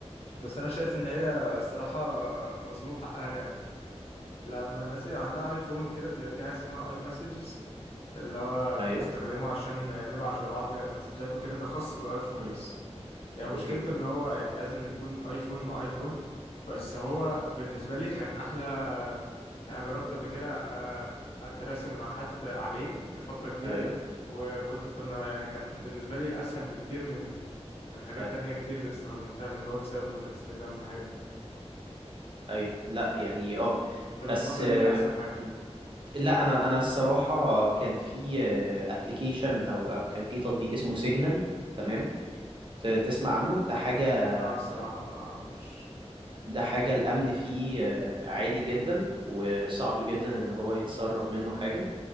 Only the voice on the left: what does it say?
بس انا شايف ان هي الصراحه مظلوم حقها جامد لما الناس بيبقى عندها ايفون وكده بيبقى في حاجه اسمها اي مسجز اللي هو
بنستخدمه عشان نبعت لبعض مسجات وكده ده خاص بالايفون
بس يعني مشكلته
ان هو يعني لازم يكون ايفون مع ايفون بس هو بالنسبه لي كان احلى يعني أنا جربت قبل كده آه، اتراسل مع حد عليه لفتره كبيره
وكنت كنا يعني كان بالنسبه لي اسهل بكتير من من حاجات
تانية كتير استخدمتها من الواتساب والانستجرام والحاجات دي
طب
بتفضل
ايه احسن حاجه
لا الصراحة ما اعرفوش